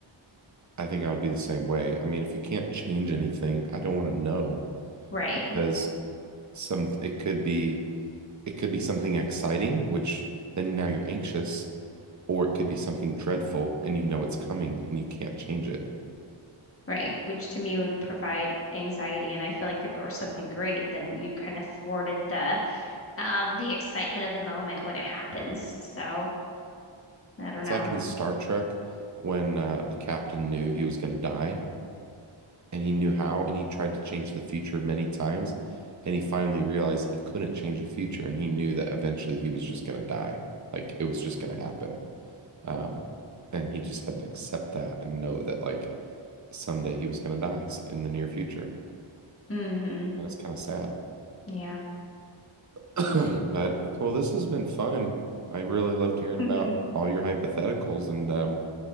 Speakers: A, on the right; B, on the left.
A: I think I would be the same way. I mean, if you can't change anything, I don't want to know
B: Right,
A: because some it could be it could be something exciting, which then now you're anxious, or it could be something dreadful and you know it's coming and you can't change it.
B: right, which to me would provide anxiety. And I feel like if it were something great, then you kind of thwarted the um the excitement of the moment when it happens. So I don't
A: It's
B: know.
A: like in Star Trek when uh, the captain knew he was going to die and he knew how and he tried to change the future many times and he finally realized he couldn't change the future and he knew that eventually he was just going to die. Like it was just going to happen. Um, and he just had to accept that and know that like someday he was going to die s- in the near future.
B: hmm
A: And it's kind of sad.
B: Yeah.
A: <coughs> <clears throat> But well, this has been fun. I really loved hearing about
B: <laughs>
A: all your hypotheticals and um,